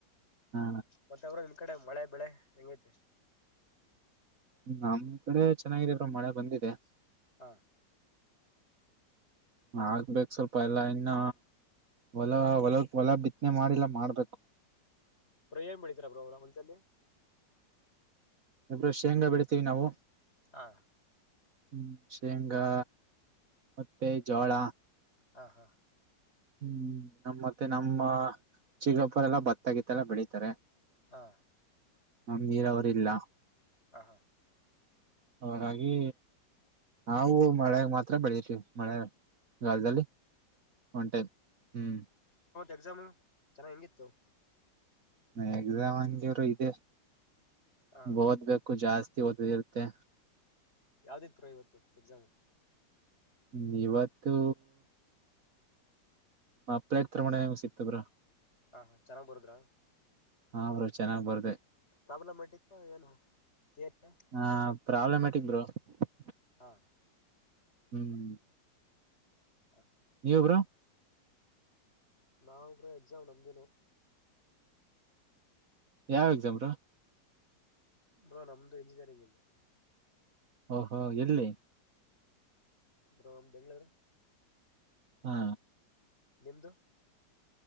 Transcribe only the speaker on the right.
ಹಾ
ನಮ್ ಕಡೆ ಚೆನ್ನಾಗಿದೇ ಬ್ರೋ ಮಳೆ ಬಂದಿದೆ.
ಆಗ್ಬೇಕು ಸ್ವಲ್ಪ ಎಲ್ಲಾ ಇನ್ನ ಹೊಲ ಹೊಲ ಹೊಲ ಬಿತ್ತನೆ ಮಾಡಿಲ್ಲ ಮಾಡ್ಬೇಕು.
ಇಬ ಶೇಂಗಾ ಬೆಳಿತೀವಿ ನಾವು.
ಹ್ಮ್ ಶೇಂಗಾ ಮತ್ತೆ ಜೋಳ.
ಹ್ಮ್ ನಮ್ಮ ಮತ್ತೆ ನಮ್ಮ ಚಿಕ್ಕಪ್ಪರೆ ಎಲ್ಲ ಭತ್ತಾಗಿತ್ತಲ್ಲ ಬೆಳಿತಾರೆ.
ನ ನೀರಾವರೆ ಇಲ್ಲಾ.
ಹಾಗಾಗಿ ನಾವು ಮಳೆ ಮಾತ್ರ ಬೆಳಿತಿವಿ ಮಳೆಗಾಲದಲ್ಲಿ ಉಟೇ ಹ್ಮ್
ಎಕ್ಸಾಮ್ ಹಂಗಿರು ಇದೆ.
ಓದಬೇಕು ಕು ಜಾಸ್ತಿ ಓದೋದು ಇರುತ್ತೆ.
ಹ್ಮ ಇವತ್ತು ಮಪ್ಳೈಟ್ ತಮಣ ಸಿಗ್ತ ಬ್ರೋ.
ಹಾ ಬ್ರೋ ಚೆನ್ನಾಗ್ ಬರ
ಹಾ <unintelligible>
ಹ್ಮ್
ನೀವ್ ಬ್ರೋ.
ಯಾವ ಎಕ್ಸಾಮ ಬ್ರೋ
ಹ ಹಾ ಎಲ್ಲಿ
ಹಾ.